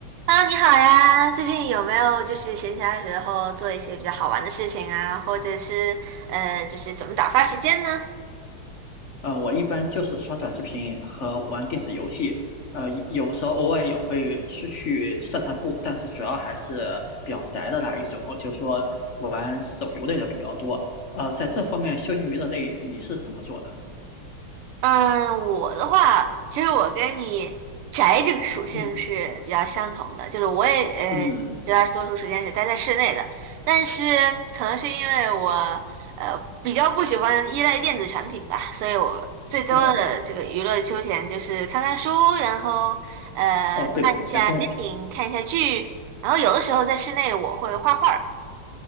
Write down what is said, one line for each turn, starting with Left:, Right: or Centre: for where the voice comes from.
Right: h e 你好呀！最近有没有就是闲暇的时候做一些比较好玩的事情啊，或者是呃，就是怎么打发时间呢？
Left: 呃，我一般就是刷短视频和玩电子游戏，呃，有时候偶尔也会出去散散步，但是主要还是比较宅的那一种，就是说玩手游类的比较多。呃，在这方面休闲娱乐类你是怎么做的呢？
Right: 嗯，我的话，其实我跟你宅这个属性是比较相同的，
Left: 嗯
Right: 就是我也呃，
Left: 嗯，
Right: 绝大多数时间是待在室内的，但是可能是因为我呃比较不喜欢依赖电子产品吧，所以我最多的这个娱乐休闲就是看看书，
Left: 哦
Right: 然后呃看一下电影，
Left: 哦，被我猜中了。
Right: 看一下剧，然后有的时候在室内我会画画儿。